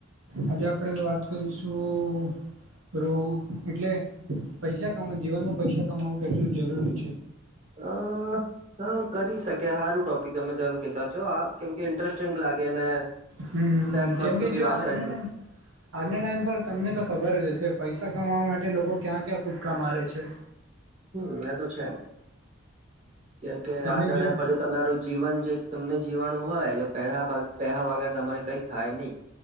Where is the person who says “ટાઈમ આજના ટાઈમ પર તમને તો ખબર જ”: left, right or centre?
Right